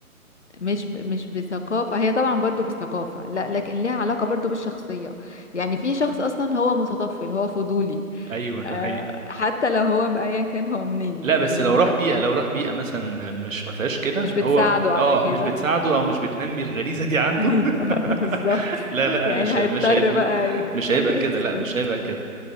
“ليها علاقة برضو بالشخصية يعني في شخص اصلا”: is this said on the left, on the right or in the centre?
Left